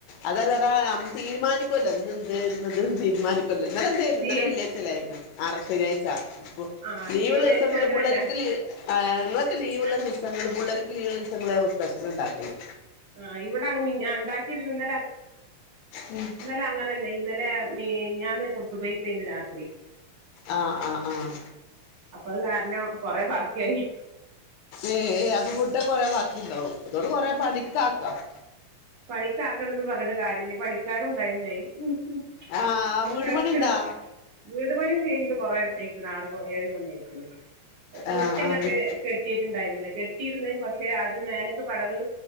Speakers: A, on the left; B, on the right.
A: അതല്ലേടാ നമ്മൾ തീരുമാനിക്കുവല്ലോ ഇന്ന് ഇന്ത് ഇത് തീരുമാനിക്ക് ഇന്നലെന്തായിരുന്നു ഇന്നലെ
B: ഈ
A: വെള്ളിയാഴ്ചായിരുന്നു ആറ് ശനിയാഴ്ച ഇപ്പ
B: ആഹ്
A: ലീവുള്ള
B: ശനിയാഴ്ച
A: ദിവസങ്ങളില്
B: അങ്ങനല്ല
A: പുള്ളേരക്കില് ആഹ് ഞങ്ങക്ക് ലീവുള്ള
B: അങ്ങ്
A: ദിവസങ്ങള് പിള്ളേർക്ക് ലീവുള്ള ദിവസങ്ങളാ സ്പെഷ്യല് ഉണ്ടാക്കല്
B: ആഹ് ഇവിടെ അങ് ഞാ ണ്ടാക്കി ഇന്നലെ
A: ഉം
B: ഇന്നലെ അങ്ങനെയല്ലേ ഇന്നലെ ഞാൻ കുത്തുബൈത്തേന്ന് രാത്രി
A: ആഹാ ആഹാ ആഹാ
B: അപ്പൊ അത് കാരണം കൊറെ ബാക്കിയായ്
A: ഏ അത് ഫുഡ് കൊറേ ബാക്കി ണ്ടാവും അതോണ്ട് കൊറേ പണിക്ക് ആക്കാവും
B: പണിക്കാക്കാണ് ണ്ട് ന്ന് പറഞ്ഞിട്ട് കാര്യംയില്ല പണിക്കാരും ണ്ടായിരുന്നേ ഉം ഉം
A: ആഹ്
B: അപ്പൊ
A: വീട്
B: റസ്റ്റ്
A: പണിണ്ടാ
B: എടുത് വീട് പണി കെഴിഞ്ഞിട്ട് കൊറെ ആയിക്ക്ണ് ആറ് ഏഴ് കൊല്ലായിക്ക്ണ് മുറ്റം
A: ആഹ്
B: ഇങ്ങട്ട്
A: ആഹ്
B: കെട് കെട്ടിയിട്ടുണ്ടായിരുന്നില്ല കെട്ടിയിര്ന്ന് പക്ഷെ അത് മേലൊക്കെ പടവ്